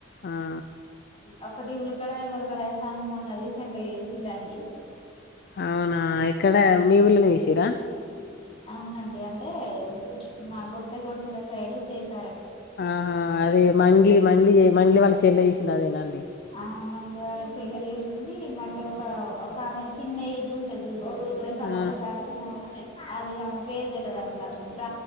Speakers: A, on the left (about 50°); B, on the left (about 30°).
A: ఆ
B: ఒకటి ఉలకడయ్య పలకడయ్య సాంగ్ ఉన్నది <unintelligible> చేసిల్లా అండి
A: అవునా ఎక్కడ మీ ఊర్లోనే వేసిర్ర
B: అవునండి అంటే మా గుత్త గొడసెల సైడు చేసి
A: ఆహా అదే మంగ్లి మంగ్లి మంగ్లి వాళ్ళ చెల్ల చేసింది అదేనా అండి
B: ఆ మంగ్లి వాళ్ళ చెల్లి చేసింది మళ్ళీ ఒక ఒక ఆమె చిన్న ఏజ్ ఉంటది చూడు ఇద్దరు సమ్మక్క
A: ఆ
B: సారక్క <unintelligible> అది ఆమె పేరు తెలవదుండి నాకు బ్ర